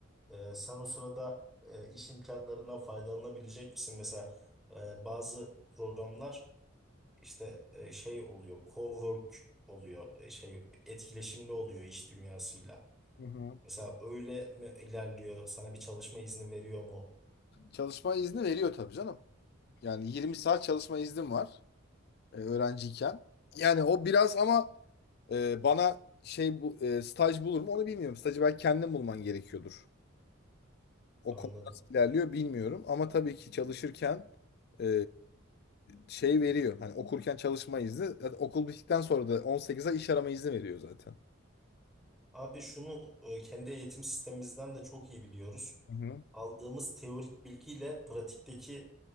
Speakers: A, in the centre; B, on the left.
A: Ee, sen o sırada e, iş imkanlarından faydalanabilecek misin? Mesela e, bazı programlar işte e, şey oluyor, cowork oluyor, e, şey etkileşimli oluyor iş dünyasıyla.
B: Hı hı.
A: Mesela öyle mi ilerliyor? Sana bir çalışma izni veriyor mu?
B: Çalışma izni veriyor tabii canım. Yani 20 saat çalışma iznim var. e, öğrenciyken. Yani o biraz ama e, bana şey bu e, staj bulur mu onu bilmiyorum. Stajı belki kendin bulman gerekiyordur. O
A: Anladım.
B: konu nasıl ilerliyor bilmiyorum ama tabii ki çalışırken e, şey veriyor. Hani okurken çalışma izni, zaten okul bittikten sonra da 18 ay iş arama izni veriyor zaten.
A: Abi şunu e, kendi eğitim sistemimizden de çok iyi biliyoruz.
B: Hı hı.
A: Aldığımız teorik bilgiyle pratikteki